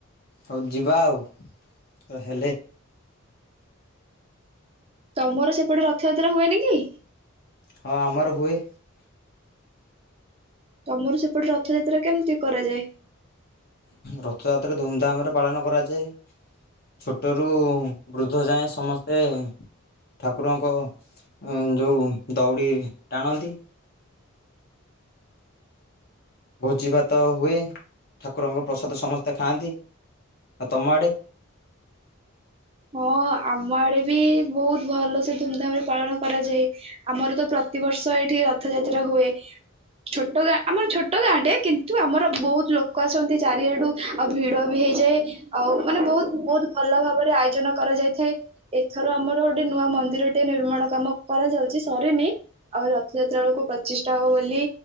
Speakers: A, on the left; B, on the right.
A: ହଉ ଯିବା ଆଉ, ହେଲେ
B: ତୋମର ସେପଟେ ରଥଯାତ୍ରା ହୁଏନି କି?
A: ହଁ ଆମର ହୁଏ।
B: ତୋମର ସେପଟେ ରଥଯାତ୍ରା କେମିତି କରାଯାଏ?
A: ରଥଯାତ୍ରା ଧୁମଧାମ୍ ରେ ପାଳନ କରାଯାଏ, ଛୋଟରୁ ବୃଦ୍ଧ ଯାଏ ସମସ୍ତେ ଠାକୁରଙ୍କ ଅଁ ଯୋଉ ଦଉଡ଼ି ଟାଣନ୍ତି। ଭୋଜି ଭାତ ହୁଏ ଠାକୁରଙ୍କ ପ୍ରସାଦ ସମସ୍ତେ ଖାଆନ୍ତି, ଆ ତୋମ ଆଡେ?
B: ହଁ ଆମ ଆଡେ ବି ବହୁତ ଭଲ ସେ ଧୁମଧାମ୍ ରେ ପାଳନ କରାଯାଏ, ଆମର ତ ପ୍ରତିବର୍ଷ ଏଇଠି ରଥଯାତ୍ରା ହୁଏ, ଛୋଟ ଗାଁ ଆମର ଛୋଟ ଗାଁ ଟେ କିନ୍ତୁ ଆମର ବହୁତ ଲୋକ ଆସନ୍ତି ଚାରିଆଡୁ ଆଉ ଭିଡ ବି ହେଇ ଯେ ଆଉ ମାନେ ବହୁତ ବହୁତ ଭଲ ଭାବରେ ଆୟ ଜନ କରାଯାଇଥାଏ, ଏଥର ଆମର ଗୋଟେ ନୂଆ ମନ୍ଦିର ଟେ ନିର୍ମାଣ କାମ କରାଯାଉଚି, ସରିନି ଆଉ ରଥଯାତ୍ରା ବେଳକୁ ପ୍ରତିଷ୍ଠା ହବ ବୋଲି